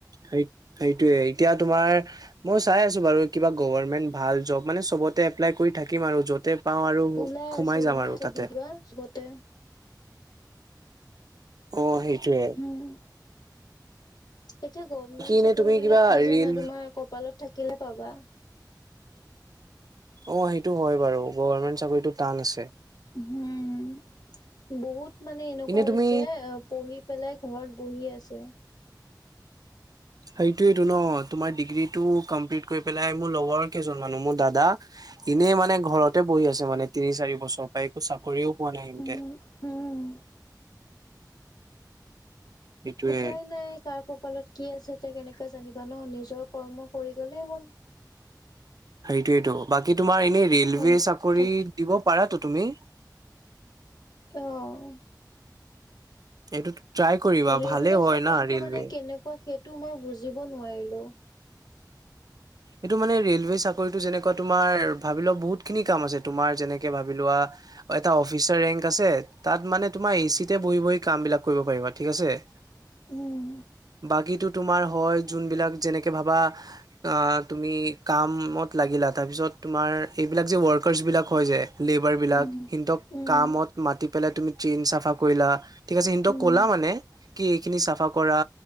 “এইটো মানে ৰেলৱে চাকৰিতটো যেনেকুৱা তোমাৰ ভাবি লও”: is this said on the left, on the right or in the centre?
Right